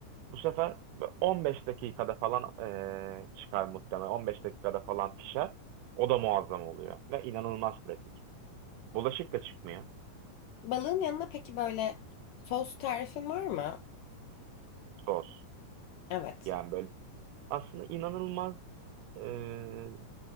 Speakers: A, on the right (about 80°); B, on the left (about 80°).
A: Bu sefer 15 dakikada falan eee, çıkar muhtemelen. 15 dakikada falan pişer. O da muazzam oluyor ve inanılmaz pratik. Bulaşık da çıkmıyor.
B: Balığın yanına peki böyle sos tarifin var mı?
A: Sos.
B: Evet.
A: Yani böyle aslında inanılmaz eee,